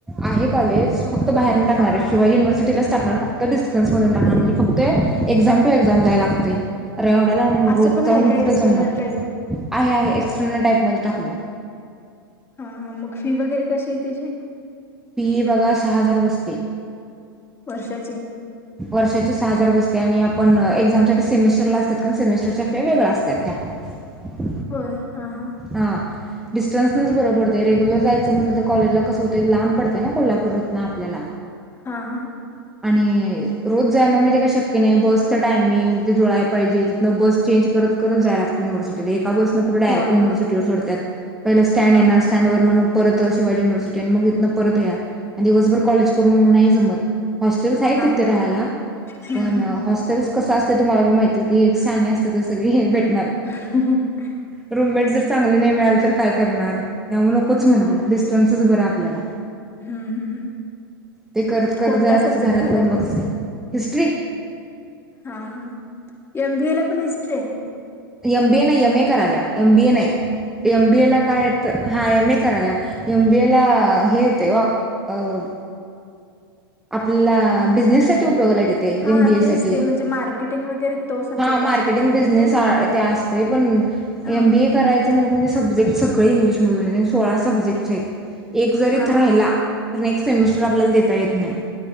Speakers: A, in the centre; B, on the left (about 20°).
A: आहे कॉलेज
B: हा
A: फक्त
B: हा
A: बाहेर नाही टाकणार
B: हा
A: आहे
B: हा
A: शिवाजी युनिव्हर्सिटीला फक्त डिस्टन्स मधून टाकणार म्हणजे फक्त एक्झाम टू एक्झाम यायला लागतं रेवढ्यात
B: असं
A: रोज
B: पण
A: जाऊन
B: आहे का
A: कुठं
B: एक्सटर्नल
A: जमला
B: टाईप
A: आहे आहे एक्सटर्नल टाईप मध्ये टाकले
B: हा हा मग फी वगैरे कशी आहे त्याची
A: फी बघा सहा हजार बसते
B: वर्षाचे
A: वर्षाची सहा हजार बसते आणि आपण एक्झाम साठी सेमिस्टरला असतात कारण सेमिस्टरच्या फे वेगळ्या असतात व
B: होय हा हा
A: हा डिस्टन्स नच बरं पडतय रेग्युलर जायचं म्हणलं तर कॉलेजला कसं होतय लांब पडतेय ना कोल्हापूर आपल्याला
B: हा हा
A: आणि रोज जायनं म्हणजे काय शक्य नाही बसच टायमिंग ते जुळायला पाहिजे तिथनं बस चेंज कर करत करत जाय लागत युनिव्हर्सिटी का बस कुठे डायरेक्ट
B: होय
A: युनिव्हर्सिटीवर
B: होय
A: सोडत पहिला स्टँड
B: हा
A: येणार
B: हा
A: स्टँडवर न मग परत शिवाजी युनिव्हर्सिटी आणि मग इथन परत या आणि दिवसभर कॉलेज करून मग नाही जमत हॉस्टेलस आहेत
B: हा
A: तिथं
B: हा
A: राहायला
B: हम्म
A: पण
B: हम्म.
A: कसं असते तुम्हाला माहिती क एक शाणी असते ते सगळे हे भेट
B: ह
A: रूममेट जर चांगले नाही मिळाल तर काय करणार त्यामुळे नकोच म्हणलं
B: होय होय
A: डिस्टन्सच बरा आपल्याला
B: हम्म हम्म
A: ते करत करत
B: कोणता
A: जरा
B: सब्जेक्ट
A: कस घरात
B: ठेवलाय
A: येऊन
B: मग
A: बघते हिस्ट्री
B: हा हा एमबी ए ला पण हिस्ट्री आहे
A: एम बीए नाही एम ए कराल्या एम बीए नाही एम बीए ला काय य हा एमए कराल्या एम बेला हेेत वाक् अह आपला बिझनेस साठी
B: हा
A: एमबीए
B: तेच
A: साठी
B: ते म्हणजे मार्केटिंग वगैरे तो सब्जेक्ट
A: हा
B: असतोय
A: मार्केटिंग
B: त्यामध्ये
A: बिझनेस साठी पण
B: हा
A: एम बीए करायच म्ह सब्जेक्ट सकाळी इंग्लिश मधून सोळा सब्जेक्ट आहेत एक जर
B: हा
A: इथं राहिला
B: हा
A: तर नेक्स्ट सेमिस्टर आपल्याला देता येत नाही